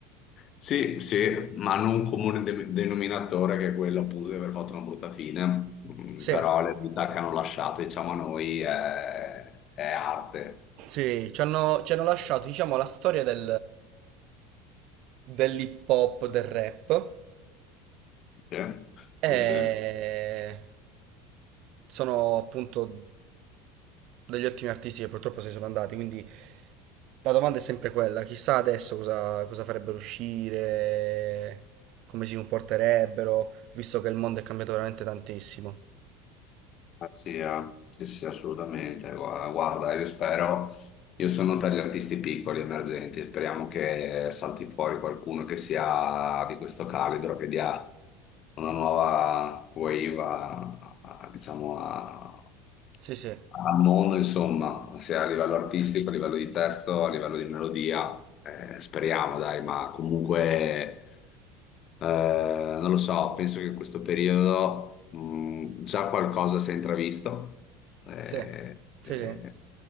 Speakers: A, on the left; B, on the right.
A: Sì, sì, ma hanno un comune de- denominatore che è quello appunto di aver fatto una brutta fine. Mm,
B: Sì.
A: Però le vita che hanno lasciato, diciamo, a noi è, è arte.
B: Sì, ci hanno, ci hanno lasciato, diciamo, la storia del, dell'hip hop, del rap.
A: Sì,
B: E
A: sì, sì.
B: sono appunto degli ottimi artisti che purtroppo se ne sono andati. Quindi la domanda è sempre quella: chissà adesso cosa, cosa farebbero uscire, come si comporterebbero, visto che il mondo è cambiato veramente tantissimo.
A: Anzi, eh, sì, sì, assolutamente. Gua- Guarda, io spero, io sono per gli artisti piccoli, emergenti, speriamo che salti fuori qualcuno che sia di questo calibro, che dia una nuova wave a- a- diciamo, a-
B: Sì, sì,
A: al mondo, insomma, sia a livello artistico, a livello di testo, a livello di melodia. Eh, speriamo, dai, ma comunque... Eh, non lo so, penso che in questo periodo mh, già qualcosa si è intravisto eh,
B: sì, sì,
A: eh,
B: sì.